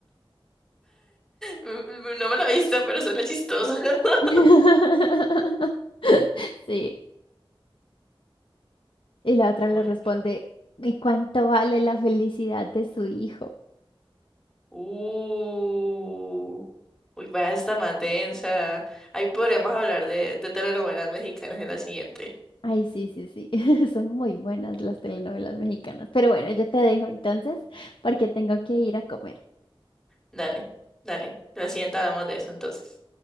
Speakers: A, in the centre; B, on the left (about 65°).
A: Mm, No me lo he visto, pero suena chistoso. <laughs>
B: <laughs> Sí. Y la otra
A: Bueno.
B: le responde, ¿y cuánto vale la felicidad de su hijo?
A: Uh, uy, vaya, está más densa. Ahí podríamos hablar de, de telenovelas mexicanas en la siguiente.
B: Ay, sí, sí, sí, <laughs> son muy buenas las telenovelas mexicanas. Pero bueno, yo te dejo entonces porque tengo que ir a comer.
A: Dale, dale. La siguiente hablamos de eso entonces.